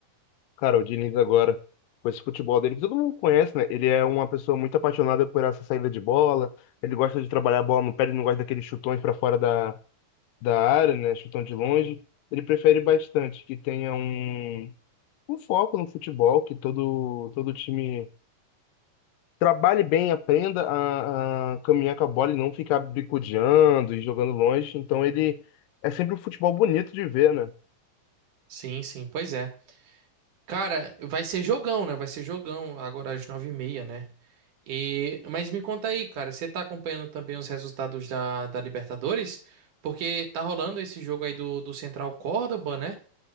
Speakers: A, on the left (about 80°); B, on the right (about 65°).
A: Cara, o Diniz agora, com esse futebol dele, que todo mundo conhece, né? Ele é uma pessoa muito apaixonada por essa saída de bola. Ele gosta de trabalhar a bola no pé, ele não gosta daqueles chutões para fora da, da área, né? Chutão de longe. Ele prefere bastante que tenha um, um foco no futebol, que todo, todo time trabalhe bem, aprenda a, a caminhar com a bola e não ficar bicudeando e jogando longe. Então ele é sempre um futebol bonito de ver, né?
B: Sim, sim, pois é. Cara, vai ser jogão, né? Vai ser jogão agora às nove e meia, né? E, mas me conta aí, cara, você tá acompanhando também os resultados da, da Libertadores? Porque tá rolando esse jogo aí do, do Central Córdoba, né?